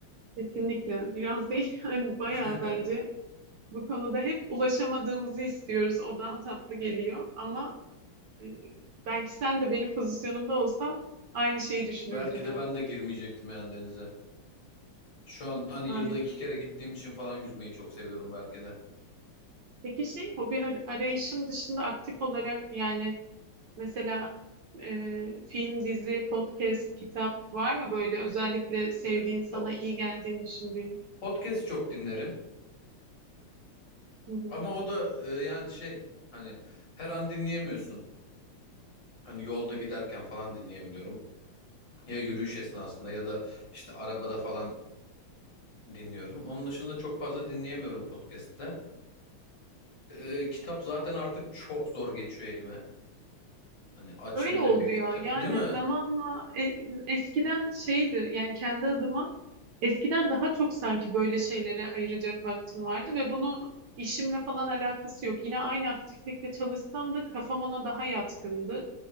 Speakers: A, on the right; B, on the left.
A: Kesinlikle. Biraz değil <laughs> yani bayağı
B: <laughs>
A: bence Bu konuda hep ulaşamadığımızı istiyoruz. O daha tatlı geliyor ama e, belki sen de benim pozisyonumda olsan aynı şeyi düşünürdün
B: Belki de
A: yani.
B: ben de girmeyecektim yani denize. Şu an hani
A: Aynen.
B: yılda iki kere gittiğim için falan yüzmeyi çok seviyorum belki de.
A: Peki şey hobi ar- arayışın dışında aktif olarak yani mesela e, film, dizi, podcast, kitap var mı böyle özellikle sevdiğin,
B: E,
A: sana
B: po-
A: iyi geldiğini düşündüğün?
B: podcast çok dinlerim
A: Hı hı.
B: ama o da e, yani şey hani her an dinleyemiyorsun. Hani yolda giderken falan dinleyebiliyorum. Ya yürüyüş esnasında ya da işte arabada falan dinliyorum. Onun dışında çok fazla dinleyemiyorum podcast'te. E, kitap zaten artık çok zor geçiyor elime. Hani açayım
A: Öyle oldu
B: da bir kitap.
A: ya. Yani
B: Değil mi?
A: zamanla e- eskiden şeydi yani kendi adıma eskiden daha çok sanki böyle şeylere ayıracak vaktim vardı ve bunu işimle falan alakası yok. Yine aynı aktiflikte çalışsam da kafam ona daha yatkındı.